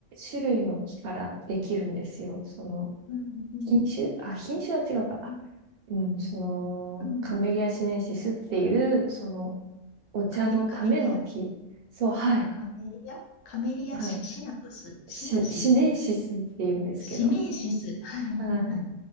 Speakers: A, on the right; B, on the left.
A: 種類の木からできるんですよ。その
B: うんうん
A: 品種あ、品種は違うか。あ
B: うん
A: うん、そのカメリアシネンシスっていうその
B: うんうん
A: お茶のための木。
B: カメ、カメリア
A: そう、はい。
B: カメリアカメリアシ、
A: はい。
B: シナプスシナシス
A: シ、シネンシスっていうんですけど。
B: シメイシスはいはいはい。
A: はい。